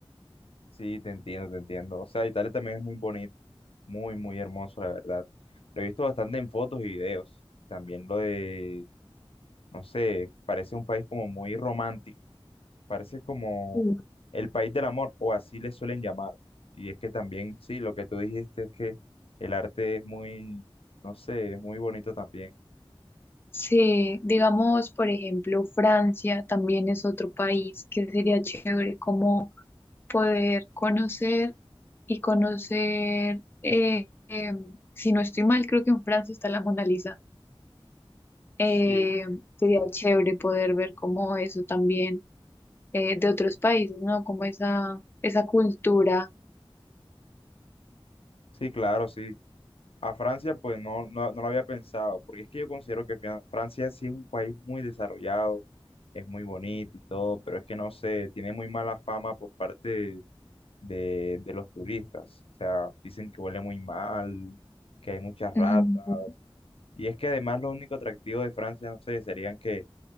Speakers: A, on the left; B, on the left.
A: Sí, te entiendo, te entiendo. O sea, Italia también es muy bonito, muy, muy hermoso, la verdad. Lo he visto bastante en fotos y videos. También lo de, no sé, parece un país como muy romántico, parece como
B: Sí.
A: el país del amor, o así le suelen llamar. Y es que también, sí, lo que tú dijiste es que el arte es muy, no sé, es muy bonito también.
B: Sí, digamos, por ejemplo, Francia también es otro país que sería chévere como poder conocer y conocer, eh, em, si no estoy mal, creo que en Francia está la Mona Lisa. Eh,
A: Sí.
B: sería chévere poder ver como eso también eh, de otros países, ¿no? Como esa, esa cultura.
A: Sí, claro, sí. A Francia, pues no, no, no lo había pensado, porque es que yo considero que Fran- Francia sí es un país muy desarrollado, es muy bonito y todo, pero es que no sé, tiene muy mala fama por parte de, de los turistas. O sea, dicen que huele muy mal, que hay muchas ratas.
B: Ujú.
A: Y es que además lo único atractivo de Francia, no sé, serían que